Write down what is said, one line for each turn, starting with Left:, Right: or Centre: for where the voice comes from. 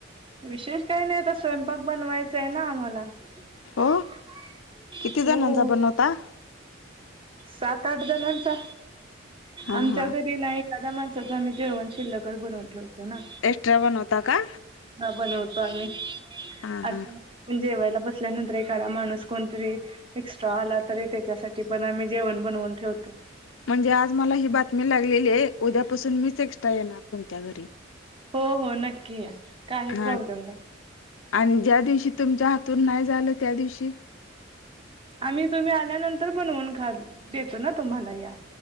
Right: विशेष काही नाही तस स्वयंपाक बनवायचा आहे ना आम्हाला. <unintelligible>
Left: हो किती
Right: सु
Left: जणांचा बनवता
Right: सात आठ जणांचा
Left: हा
Right: आमच्या
Left: हा
Right: घरी नाही. एखाद्या माणसाचं आम्ही जेवण शिल्लकच बनवून ठेवतो ना.
Left: एक्स्ट्रा बनवता का?
Right: हा बनवतो आम्ही
Left: हा
Right: आ
Left: हा
Right: पण जेवायला बसल्यानंतर एखादा माणूस कोणतरी एक्स्ट्रा आला तरी त्याच्यासाठी पण आम्ही जेवण बनवून ठेवतो.
Left: म्हणजे आज मला ही बातमी लागलेली आहे उद्यापासून मीच एक्स्ट्रा येणार तुमच्या घरी.
Right: हो हो नक्की या, काही
Left: हा
Right: प्रॉब्लेम नाही.
Left: आणि ज्या दिवशी तुमच्या हातून नाही झालं त्या दिवशी?
Right: आम्ही तुम्ही आल्यानंतर बनवून खात देतो ना तुम्हाला या.